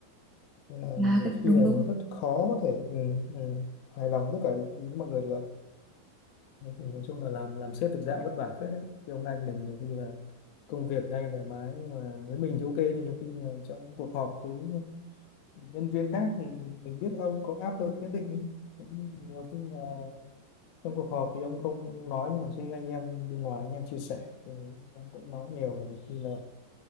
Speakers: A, on the left; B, on the right.
A: nên là
B: là
A: nhiều
B: cái- đúng
A: khi là
B: đúng
A: nó rất khó có thể ừ, ừ, hài lòng tất cả ý của mọi người được Nói thì nói chung là làm làm sếp thực dạng vất vả phết đấy thì ông anh mình nhiều khi là công việc hay thoải mái nhưng mà với mình thì ok nhưng nhiều khi là trong cuộc họp với nhân viên khác thì mình biết ông có áp lực nhất định ý. nhiều khi là trong cuộc họp thì ông không nói nhưng mà khi anh em bên ngoài anh em chia sẻ thì ông cũng nói nhiều mà nhiều khi là